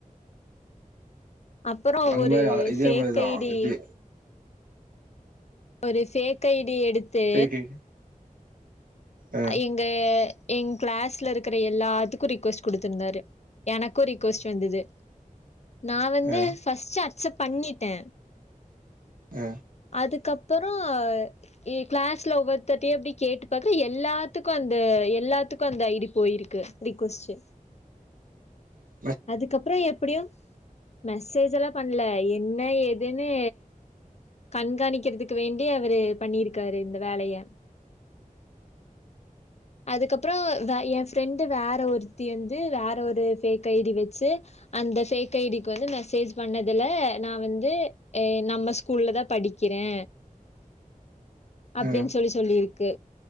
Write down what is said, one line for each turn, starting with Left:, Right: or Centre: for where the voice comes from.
Left: அப்புறம்
Right: அந்த
Left: ஒரு
Right: மாரி இதே
Left: ஃபேக்
Right: மாரிதா
Left: ஐ டி
Right: இதே
Left: ஒரு ஃபேக் ஐ டி எடுத்து
Right: ஃபேக்கு ஆ
Left: எங்க என் க்ளாஸ்ல இருக்கிற எல்லாத்துக்கூ ரிக்வஸ்ட் குடுத்திருந்தாரு எனக்கூ ரிக்வஸ்ட் வந்தது நா வந்து
Right: ஆ
Left: ஃபர்ஸ்ட் அக்செப்ட் பண்ணிட்டே
Right: அ
Left: அதுக்கப்பறோ இ கிளாஸ்ல ஒவ்வொருத்தர்ட்டையு அப்டி கேட்டு பாக்குற எல்லாத்துக்கு அந் டு எல்லாத்துக்கூ அந்த ஐ டி போயிருக்கு ரிக்வஸ்டு
Right: அ
Left: அதுக்கப்பறோ எப்டியோ மெசேஜ் எல்லா பண்ல என்ன ஏதுன்னு கண்காணிக்கறதுக்கு வேண்டி அவரு பண்ணிருக்காரு இந்த வேலய அதுக்கப்பறோ வ ய ஃப்ரெண்டு வேற ஒருத்தி வந்து வேற ஒரு ஃபேக் ஐ டி வச்சு அந்த ஃபேக் ஐ டிக்கு வந்து மெசே சேஜ் பண்ணதுல நா வந்து நம்ம ஸ்கூல்ல தா படிக்கிறே அப்டின்
Right: ஆ
Left: சொல்லி சொல்லிருக்கு